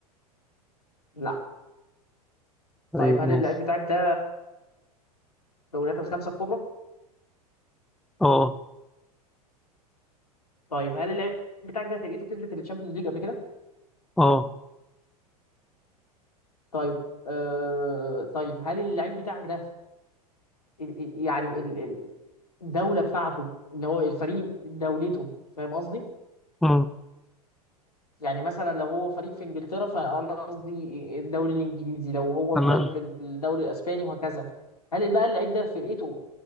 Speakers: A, on the left (about 80°); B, in the centre.
A: لا
B: طيب
A: طيب هل
B: ماشي،
A: اللعيب بتاعك ده دوريات الخمسة الكبرى؟
B: أه
A: طيب هل اللعيب بتاعك ده فرقته كسبت الشامبيونز ليج قبل كده؟
B: أه
A: طيب آه... طيب هل اللعيب بتاعك ده ال- ال- يعني ال- ال- الدولة بتاعته اللي هو الفريق دولته فاهم قصدي؟
B: مم،
A: يعني مثلا لو هو فريق في انجلترا فانا قصدي الدوري الانجليزي لو هو
B: تمام،
A: فريق في الدوري الاسباني وهكذا هل بقى اللعيب ده في فرقته